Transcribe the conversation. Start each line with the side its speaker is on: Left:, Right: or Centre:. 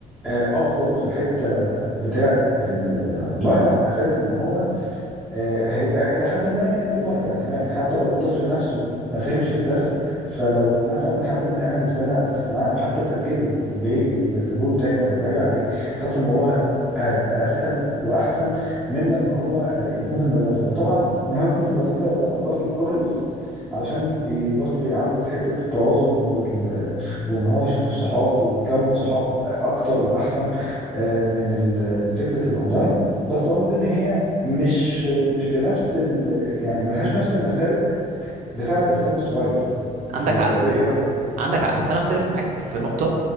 Centre: آه، افضل في الحته بتاعه ال- ال- اللاين على اساس ان هو آه، هيبقى إلى حد ما ليه مرجع كمان حتى لو الطفل نفسه ما فهمش الدرس فلو مثلا حد من أهله سمع الدرس معاه أو حتى سجله وجاي يذاكره له تاني أو يراجع عليه حاسس إن هو هي- هيبقى أسهل وأحسن من لما هو آه، يكون في المدرسة وطبعا إن هو يكون في المدرسة برضو كويس علشان بي برضو بيعزز حتة التواصل وال... وإن هو يشوف صحاب ويكون صحاب أكتر وأحسن آه، من ال... من فكرة الأونلاين بس قصدي ان هي مش مش بنفس ال... يعني ملهاش نفس المساوئ بتاعة السن الصغير
Right: عندك
Centre: ولا
Right: حق
Centre: ايه رأيك؟
Right: عندك حق بس انا اختلف معاك في نقطة